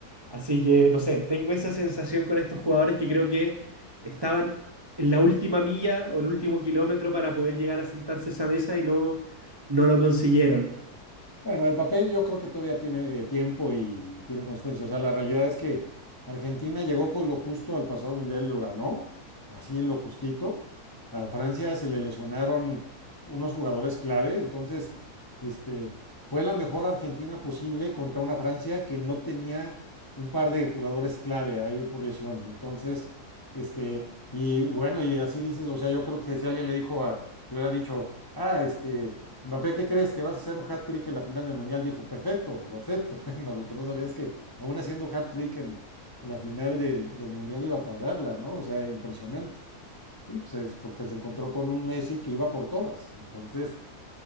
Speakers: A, on the right (about 40°); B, on the left (about 30°).
A: Así que, no sé, tengo esa sensación con estos jugadores que creo que estaban en la última milla o en el último kilómetro para poder llegar a sentarse a esa mesa y no, no lo consiguieron.
B: Bueno, Mbappé yo creo que todavía tiene eh, tiempo y tiene consistencia. O sea, la realidad es que Argentina llegó con lo justo al pasado mundial y lo ganó, así lo justito. A Francia se le lesionaron unos jugadores clave, entonces este, fue la mejor Argentina posible contra una Francia que no tenía un par de jugadores clave ahí por lesión. Entonces, este, y bueno, y así dices, o sea, yo creo que si alguien le dijo a, le hubiera dicho, ah, este Mbappé, ¿qué crees? ¿Que vas a hacer un hat-trick en la final del Mundial? Dijo, perfecto, lo acepto. <laughs> Bueno, lo que no sabía es que aún haciendo hat-trick en, en la final del, del Mundial iba a perderla, ¿no? O sea, impresionante. Y pues es porque se encontró con un Messi que iba por todas. Entonces,